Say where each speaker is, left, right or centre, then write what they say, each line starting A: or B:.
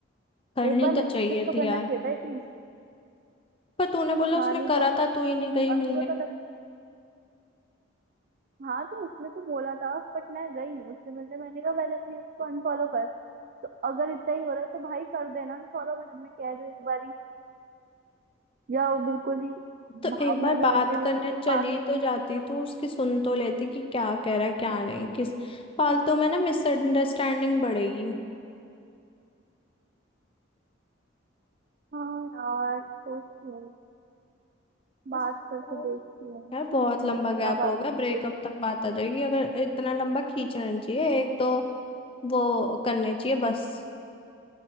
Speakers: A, on the left; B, on the right.
A: करनी
B: एक बार
A: तो
B: मैसेज
A: चाहिए
B: तो
A: थी
B: करना
A: यार
B: चाहिए था एटलीस्ट
A: पर तूने बोला
B: हाँ
A: उसने
B: नहीं
A: करा
B: तो
A: था तू ही नहीं
B: और
A: गई
B: मेरे
A: मिलने
B: को तो लग हाँ तो उसने तो बोला था बट मैं गई नहीं उससे मिलने मैंने कहा पहले अपने ex को अनफॉलो कर तो अगर इतना ही हो रहा है तो भाई कर देना अनफॉलो मैं जब मैं कह रही हूँ एक बारी या वो बिल्कुल ही
A: तो
B: भावना
A: एक बार
B: जाग
A: बात
B: गई बिल्कुल
A: करने चली
B: पास की
A: तो जाती तो उसकी सुन तो लेती कि क्या कह रहा है क्या नहीं किस फालतू में ना मिसअंडरस्टैंडिंग बढ़ेगी
B: हाँ यार सोचती हूँ बात
A: बस तो
B: करके देखती हूँ
A: यार बहुत
B: पता
A: लंबा
B: नहीं क्या
A: गैप हो
B: बात
A: गया
B: होगी
A: ब्रेकअप
B: जो भी होगी
A: तक बात आ जाएगी अगर इतना लंबा खींचना नहीं चाहिए एक तो वो करने चाहिए बस